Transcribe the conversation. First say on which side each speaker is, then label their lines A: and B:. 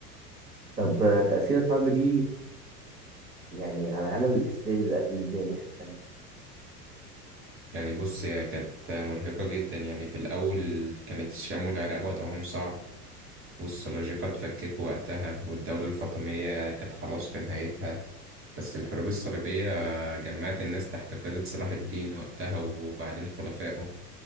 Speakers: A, on the right; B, on the right.
A: طب آه، تأثير الحرب دي يعني على العالم الإسلامي بقى كان إزاي الناحية التانية
B: يعني بص هي كانت مرهقة جدا يعني في الأول كانت الشام والعراق وضعهم صعب والسلاجقة اتفككوا وقتها والدولة الفاطمية كانت خلاص في نهايتها بس الحروب الصليبية جمعت الناس تحت قيادة صلاح الدين وقتها وبعدين خلفائه